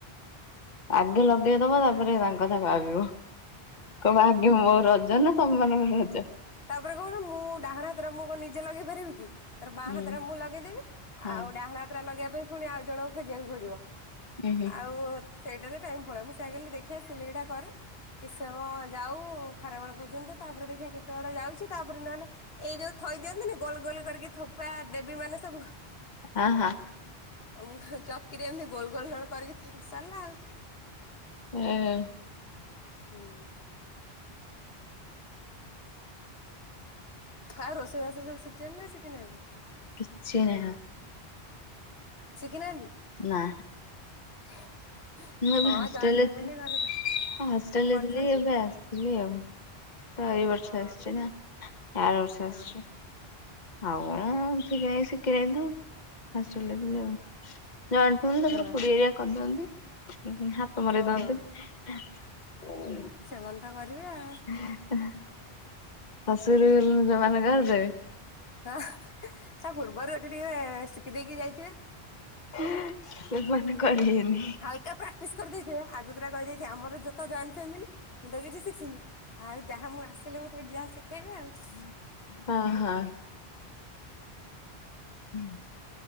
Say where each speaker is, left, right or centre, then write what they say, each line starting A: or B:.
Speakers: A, on the left; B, on the left.
A: ଆଗେ ଲଗେଇଦବ ତାପରେ ତାଙ୍କ କଥା ଭାବିବ। କହିବ ଆଗେ ମୋ ରଜ ନା ତମମାନଙ୍କର ରଜ।
B: ତାପରେ କଣ ମୁଁ ଡାହାଣ ହାତରେ ମୁଁ କଣ ନିଜେ ଲଗେଇ ପାରିବି କି। ତାର ବାଁ
A: ହୁଁ
B: ହାତ ଟା ମୁଁ ଲଗେଇଦେବି
A: ହଁ
B: ଆଉ ଡାହାଣ ହାତ ଟା ଲଗେଇବା ପାଇଁ ପୁଣି ଆଉ ଜଣଙ୍କୁ ଖୋଜିବାକୁ ପଡିବ।
A: ହୁଁ ହୁଁ।
B: ଆଉ ସେଇଟାରେ ଟାଇମ ପଳେଇବ ମୁଁ ସେୟା କଇଲି ଦେଖୀଆ ସିଲେଇଟା କରେ କିଛି ସମୟ ଯାଉ ଖରାବେଳ ପର୍ଯ୍ୟନ୍ତ ତାପରେ ଦେଖିବା କେତେବାଟ ଯାଉଚି ତାପରେ ନହେଲେ ଏଇ ଯୋଉ ଥୋଇ ଦିଅନ୍ତିନି ଗୋଲ ଗୋଲ କରିକି ଥୋପା ଦେବୀ ମାନେ ସବୁ
A: ଅ ହଁ।
B: ଆଉ ମୁଁ କ ଚକିରେ ଏମିତି ଗୋଲ ଗୋଲ ନଲେ କରିକି ନ ଥୋ ସରିଲା ଆଉ।
A: ଅ ହଁ।
B: ହୁଁ। ଆଉ ରୋଷେଇବାସ ସବୁ ଶିଖିଚନ୍ତି ନା ଶିଖିନାହାନ୍ତି।
A: କିଛି ନାଁହା।
B: ଶିଖିନାହାନ୍ତି।
A: ନା।
B: <inaudible>
A: ମୁଁ ଏବେ
B: ହଁ
A: ହଷ୍ଟେଲରେ
B: ଜଏଣ୍ଟ ଫ୍ୟାମିଲି
A: ଥିଲି
B: ଘରେ ତ
A: ହଷ୍ଟେଲରେ
B: ସବୁ କରୁଛନ୍ତି
A: ଥିଲି ଏବେ ଆସି ଥିଲି ଆଉ ତ ଏଇ ବର୍ଷ
B: ହଁ
A: ଆସିଛି ନା ଆର ବର୍ଷ
B: ହଁ
A: ଆସିଚି। ଆଉ କଣ ସେମିତି ଶିଖିନାହି ତ ହଷ୍ଟେଲ ରେ ଥିଲି ଆଉ। ଜଏଣ୍ଟ ଫେମିଲି
B: ହଁ
A: ତାପରେ ଖୁଡି ହରୀକା କରିଦିଅନ୍ତି ହୁ ହାତ ମରେଇ
B: ହଁ
A: ଦିଅନ୍ତିନି। ହୁ।
B: ସେମାନେ ତ କରିବେ ଆ।
A: ଅ ହ ଶାଶୁଘରକୁ ଗଲେ ଯୋମାନେ କରି ଦେବେ।
B: ହଁ ତା ପୂର୍ବରୁ ଏଠି ଟିକେ ଶିଖି ଦେଇକି ଯାଇ
A: <inaudible> ସେମାନେ କରିବେନି।
B: ତା ପ୍ରାକ୍ଟିସ କରିଦେଇଥିବ ଆଗୁତୁରା କହିଦେଇଥିବ ଆମର ଯେ ତ ଜଏଣ୍ଟ ଫ୍ୟାମିଲି ମୁଁ ତ କିଛି ଶିକି ଖିନି ଆଉ ଯାହା ମୁଁ ଆସିଲେ ମତେ ଏଇଠି ଯାହା ଶିଖେଇବେ ଆଉ।
A: ଅ ହ ହୁଁ।